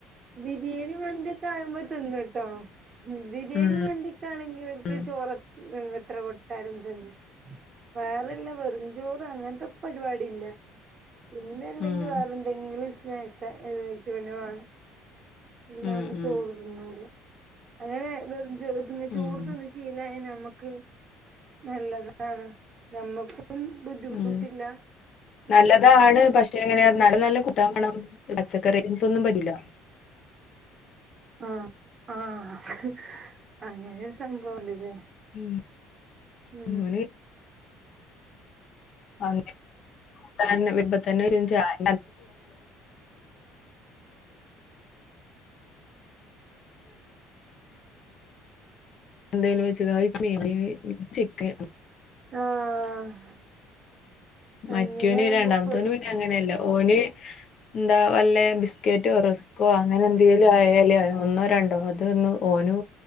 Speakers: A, on the right; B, on the left.
A: ബിരിയാണി മന്തിയൊക്കെ ആവ്മ്പോ തിന്നും ട്ടോ. ബിരിയാണി
B: ഉം.
A: മന്തിയൊക്കെ ആണെങ്കി ഓൽക്
B: ഉം.
A: ചോറ <unintelligible> എത്ര കൊട്ത്താലും തിന്നും. വേറെല്ല വെറുംചോറും അങ്ങൻത്തെ പരിപാടില്ല. പിന്നെല്ലെങ്കി
B: ഉം.
A: വേറെന്തെങ്കിലും സ്നാക്ക്സ് <unintelligible> വാണം. ഇല്ലാതെ
B: ഉം. ഉം.
A: ചോറ്ന്നൂല അങ്ങനെ <unintelligible> ചോറ്
B: ഉം.
A: തിന്ന് ശീലായ നമ്മക്ക് നല്ലതാണ് നമ്മക്കും ബുദ്ധിമുട്ടില്ല.
B: ഉം.
A: മക്കൾക്കും
B: നല്ലതാണ്. പശേങ്ങനെ ന്നാലും നല്ല കൂട്ടാൻ മാണം. പച്ചക്കറി <unintelligible> ഒന്നും പറ്റൂല.
A: ആഹ് ആഹ് അങ്ങനെരു സംഭവണ്ട് ലേ.
B: ഉം.
A: ഉം
B: അവന് <unintelligible> <unintelligible> <inaudible> എന്തേലും വെച്ച് താ മീമീമി ചിക്കൻ.
A: ആഹ് അങ്ങനെ
B: മറ്റോന്
A: ആവുമ്പോ
B: രണ്ടാമത്തോന്
A: പെടും
B: പിന്നെ അങ്ങനെല്ല ഓന് ന്താ വല്ലേ ബിസ്കറ്റോ റസ്കോ അങ്ങനെ എന്തേലും ആയാല് ഒന്നോ, രണ്ടോ അത് ന്ന് ഓനു